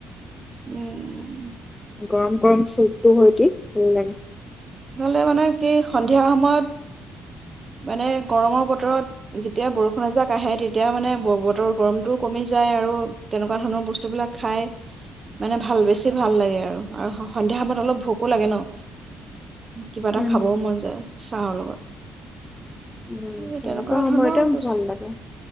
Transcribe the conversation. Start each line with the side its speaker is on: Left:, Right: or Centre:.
Right: উম! উ! উ!
Left: গৰম গৰম চুপটো হয় কি ভাল লাগে।
Right: নহলে মানে কি সন্ধিয়া সময়ত। মানে, গৰমৰ বতৰত। যেতিয়া, বৰষুণ এযাক আহে তেতি এতিয়া মানে, বতৰ গৰমটোও কমি যায় আৰু তেনেকুৱা ধৰণৰ, বস্তুবিলাক খায়, মানে ভাল, বেছি ভাল লাগে আৰু সন্ধিয়া সময়ত অলপ ভোকো লাগে ন'। কিবা এটা
Left: উম,
Right: খাবও মন যায়। চাহৰ লগত।
Left: উম
Right: এই
Left: তেনেকুৱা সময়তে
Right: ধৰণৰ বস্তু
Left: ভাল লাগে উ।